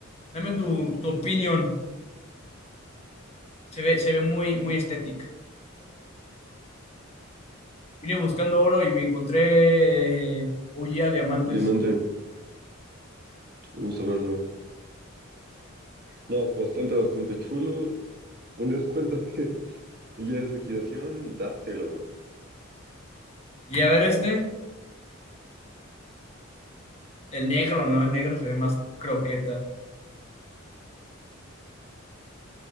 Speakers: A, on the left; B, on the right.
A: Dame tu, tu opinión. Se ve, se ve muy, muy estética. Vine buscando oro y me encontré eh, huye a diamantes.
B: Diamante, vamos a verlo. No, bastante, bastante chulo. Un descuento que <laughs> ya es liquidación, date, la verdad.
A: Y a ver este, el negro, ¿no? El negro se ve más croqueta.